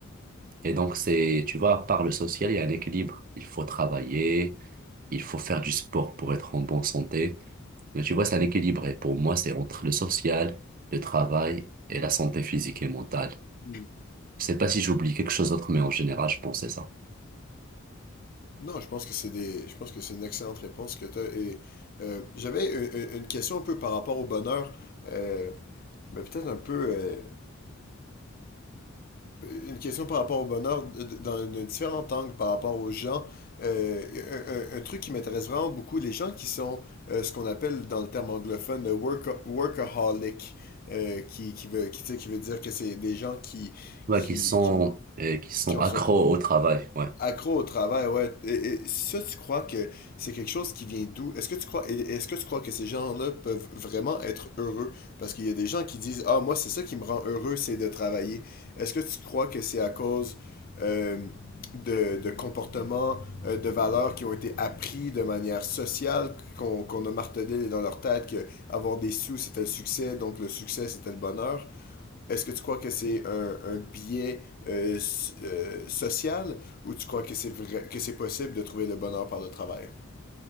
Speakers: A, on the right; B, on the left.
A: Et donc, c'est, tu vois, par le social, il y a un équilibre. Il faut travailler, il faut faire du sport pour être en bonne santé. Mais tu vois, c'est un équilibre. Et pour moi, c'est entre le social, le travail et la santé physique et mentale.
B: Hmm.
A: Je sais pas si j'oublie quelque chose d'autre, mais en général, je pensais ça.
B: Non, je pense que c'est des, je pense que c'est une excellente réponse que tu as. Et euh, j'avais une, une- une question un peu par rapport au bonheur, euh, mais peut-être un peu. euh, euh, Une question par rapport au bonheur d- d- dans un différent angle par rapport aux gens. Euh, un, un- un truc qui m'intéresse vraiment beaucoup, les gens qui sont euh, ce qu'on appelle dans le terme anglophone euh, worka- workaholic, euh, qui, qui veut, qui, tu sais, qui veut dire que c'est des gens qui,
A: Ouais,
B: qui,
A: qui sont,
B: qui ont,
A: euh, qui sont
B: qui ont
A: accros
B: ce
A: au travail. Ouais.
B: Accro au travail, ouais. Et, et ça, tu crois que c'est quelque chose qui vient d'où? Est-ce que tu crois, et- est-ce que tu crois que ces gens-là peuvent vraiment être heureux? Parce qu'il y a des gens qui disent, ah, moi, c'est ça qui me rend heureux, c'est de travailler. Est-ce que tu crois que c'est à cause euh, de, de comportements, euh, de valeurs qui ont été appris de manière sociale, qu'on qu'on a martelé dans leur tête que avoir des sous, c'était le succès, donc le succès, c'était le bonheur? Est-ce que tu crois que c'est un, un biais euh, s- euh, social ou tu crois que c'est vrai, que c'est possible de trouver le bonheur par le travail?